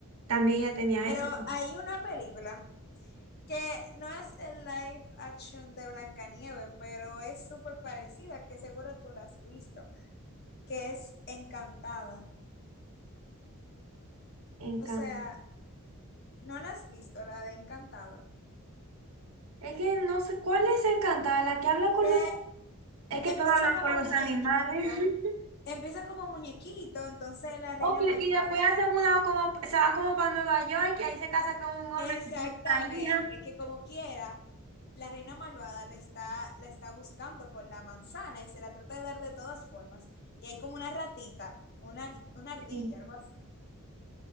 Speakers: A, on the right (about 75°); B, on the left (about 45°).
A: también ella tenía
B: Pero
A: eso,
B: hay una película que no es el live action de Blancanieves, pero es súper parecida, que seguro tú la has visto, que es Encantada.
A: encanto.
B: O sea, no la has visto, la de Encantada.
A: Es que no sé, ¿cuál es Encantada? La que habla con
B: Que
A: los, es que
B: empieza
A: todos hablan
B: como
A: con los
B: muñequito,
A: animales. <laughs>
B: empieza como muñequito, entonces la reina
A: Ok,
B: malvada
A: y después ya se mudado como, se va como para Nueva York y ahí se casa con un hombre
B: Exactamente,
A: que tiene una hija.
B: que como quiera, la reina malvada la está, la está buscando con la manzana y se la trata de dar de todas formas. Y hay como una ratita, una, ar- una ardilla,
A: Sí.
B: algo así,